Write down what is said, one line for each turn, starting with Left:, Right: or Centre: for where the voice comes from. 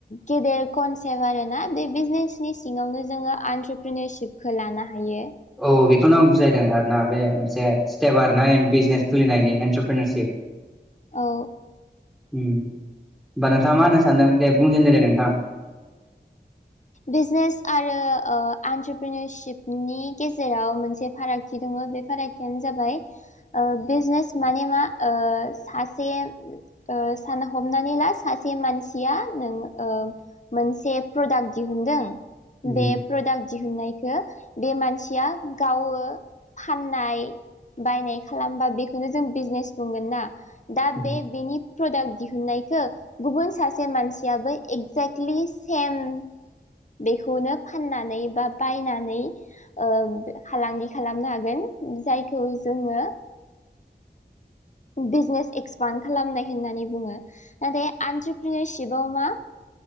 Left: गेदेर कनसेप्ट आरोना बे बिजनेसनि सिङावनो जोङो आन्टारप्रिनिरशिपखौ लानो हायो।
Centre: औ बेखौनो आं बुजायदों आरोना। बे मोनसे स्टेप आरोना बिजनेस खुलिनायनि एन्टारपेनरशिप <inaudible>
Left: औ
Centre: उम होमबा नोंथाङा मा होनो सानदों दे बुंजेनदो दे नोंथां।
Left: बिजनेस आरो ओ एन्टारप्रिनिरशपनि गेजेराव मोनसे फारागथि दं। ओ बे फारागथियानो जाबाय। ओ बिजनेस माने मा? ओ सासे ओ सान हमनानै ला सासे मानसिया नों ओ मोनसे प्रडाक्ट दिहुनदों,
Centre: उम
Left: बे प्रडाक्ट दिहुननाय खौ बे मानसिया गावो फाननाय बायनाय खालामबा बेखौनो जों बिजनेस बुंगोन ना। दा
Centre: उम
Left: बे बेनि प्रडाक्ट दिहुननायखो गुबुन सासे मानसियाबो एक्जेक्टलि सेम
Centre: <inaudible>
Left: बेखौनो फाननानै बा बायनानै ओ फालांगि खालामनो हागोन। जायखौ जोङो। बिजनेस एक्सपान्ड खालामनाय होननानै बुङो। नाथाय एन्ट्रप्रिनिरसिप'आ मा